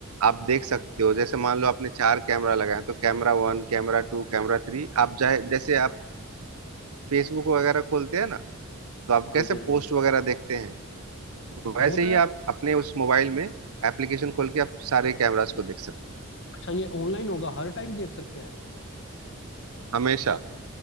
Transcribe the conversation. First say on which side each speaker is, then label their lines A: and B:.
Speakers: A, on the right; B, on the left.
A: आप देख सकते हो जैसे मान लो आपने चार कैमरा लगाया तो कैमरा वन कैमरा टू कैमरा थ्री आप चाहे जैसे आप फेसबुक वगैरह खोलते हैं ना तो आप
B: हाँ
A: कैसे
B: जी हाँ
A: पोस्ट
B: जी
A: वगैरह देखते हैं वैसे
B: वो तो
A: ही
B: यार
A: आप अपने उस मोबाइल में एप्लीकेशन खोल के आप सारे कैमरास को देख सकते
B: अच्छा ये ऑनलाइन होगा हर टाइम देख सकते हैं
A: हो हमेशा